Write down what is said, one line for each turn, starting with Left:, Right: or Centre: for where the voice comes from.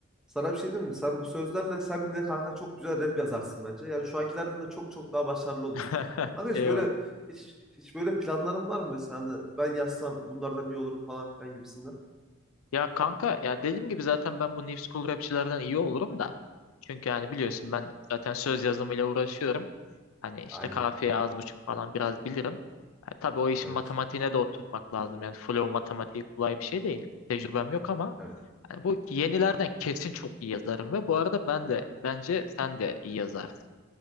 Centre: sana bir şey diyeyim mi? Sen bu sözlerle sen bile kanka çok güzel rap yazarsın bence. Yani şu ankilerden de çok çok daha başarılı olursun.
Left: <laughs>
Centre: Kanka hiç
Left: Eyvah.
Centre: böyle hiç, hiç böyle planların var mı mesela? Hani ben yazsam bunlardan iyi olurum falan filan gibisinden.
Left: Ya kanka ya dediğim gibi zaten ben bu New School rapçilerden iyi olurum da. Çünkü yani biliyorsun ben zaten söz yazımıyla uğraşıyorum. Hani işte
Centre: Aynen.
Left: kafiye az buçuk falan biraz bilirim. Tabi tabii o işin
Centre: Evet.
Left: matematiğine de oturtmak lazım. Yani flow matematiği kolay bir şey değil. Tecrübem yok ama
Centre: Evet.
Left: yani bu yenilerden kesin çok iyi yazarım ve bu arada ben de bence sen de iyi yazarsın